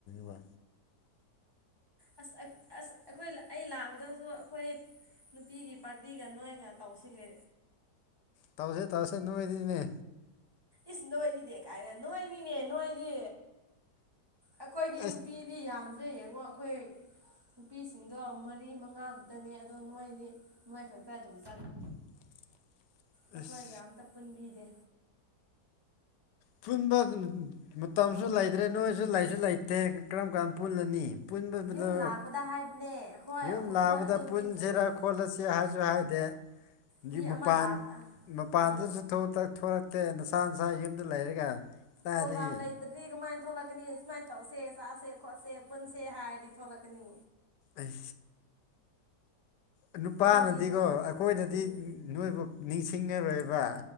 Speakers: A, on the left; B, on the right.
A: ꯕ
B: ꯑ ꯑꯁ ꯑꯩꯈꯣꯏ ꯑꯩ ꯂꯥꯛꯄꯗꯁꯨ ꯑꯩꯈꯣꯏ ꯅꯨꯄꯤꯒꯤ ꯄꯥꯔꯇꯤꯒ ꯅꯣꯏꯒ ꯇꯧꯁꯤꯒ
A: ꯇꯧꯁꯦ ꯇꯥꯎꯁꯦ ꯅꯣꯏꯗꯤꯅꯦ
B: ꯏꯁ ꯅꯣꯏꯗꯤꯅꯦ ꯀꯥꯏꯅ ꯅꯣꯏꯅꯤꯅꯦ ꯅꯣꯏꯗꯤ ꯑꯩꯈꯣꯏꯗꯤ
A: ꯑꯁ
B: ꯅꯨꯄꯤꯗꯤ ꯌꯥꯝꯗ꯭ꯔꯦ ꯌꯦꯡꯉꯣ ꯑꯩꯈꯣꯏ ꯅꯨꯄꯤꯁꯤꯡꯗꯣ ꯃꯔꯤ ꯃꯉꯥ ꯈꯛꯇꯅꯤ ꯑꯗꯣ ꯅꯣꯏꯗꯤ ꯅꯣꯏ ꯈꯛꯇ ꯑꯗꯨꯝ ꯆꯠꯂ
A: <unintelligible>
B: ꯑꯩꯈꯣꯏꯒ
A: ꯑꯁ
B: ꯑꯝꯇ ꯄꯨꯟꯕꯤꯗꯦ
A: ꯄꯨꯟꯕ ꯃꯇꯝꯁꯨ ꯂꯩꯇ꯭ꯔꯦ ꯅꯣꯏꯁꯨ ꯂꯩꯁꯨ ꯂꯩꯇꯦ ꯀꯔꯝ ꯀꯥꯟ ꯄꯨꯜꯂꯅꯤ ꯄꯨꯟꯕꯗ
B: ꯌꯨꯝ ꯂꯥꯛꯄꯗ ꯍꯥꯏꯕꯅꯦ ꯍꯣꯏ
A: ꯌꯨꯝ ꯂꯥꯛꯕꯗ
B: ꯍꯣꯏ ꯑꯗꯨꯕꯨꯗꯤ
A: ꯄꯨꯟꯁꯤꯔ
B: ꯆꯨꯝꯃꯦ
A: ꯈꯣꯠꯂꯁꯤ ꯨ ꯍꯥꯏꯗꯦ
B: ꯃꯤ
A: ꯃꯄꯥꯟ
B: ꯑꯃ ꯂꯥꯛ
A: ꯃꯄꯥꯟꯗꯁꯨ
B: ꯎꯝ
A: ꯅꯠꯇꯦ ꯅꯁꯥ ꯅꯁꯥ ꯌꯨꯝꯗ ꯂꯩꯔꯒ ꯀꯗꯥꯏꯗꯒꯤ
B: ꯄꯣꯒ꯭ꯔꯥꯝ ꯂ ꯏꯔꯗꯤꯒꯃꯥꯏ ꯊꯣꯛꯂꯛꯀꯅꯤ ꯁꯨꯃꯥꯏꯅ ꯇꯧꯁꯦ ꯆꯁꯦ ꯈꯣꯠꯁꯦ ꯄꯨꯟꯁꯦ ꯍꯥꯏꯔꯗꯤ ꯊꯣꯛꯂꯛꯀꯅꯤ
A: ꯑꯩ ꯎ ꯅꯨꯄꯥꯅꯗꯤꯀꯣ
B: ꯅꯣꯏꯗꯤ
A: ꯑꯩꯈꯣꯏꯅꯗꯤ
B: ꯎꯝ
A: ꯅꯣꯏꯕꯨ ꯅꯤꯡꯁꯤꯡꯉꯔꯣꯏꯕ